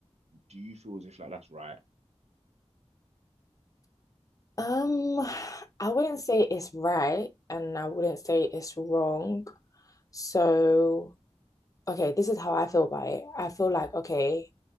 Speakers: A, on the right (about 70°); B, on the left (about 30°).
A: Do you feel as if like that's right?
B: Um, I wouldn't say it's right and I wouldn't say it's wrong. So, okay, this is how I feel about it. I feel like, okay,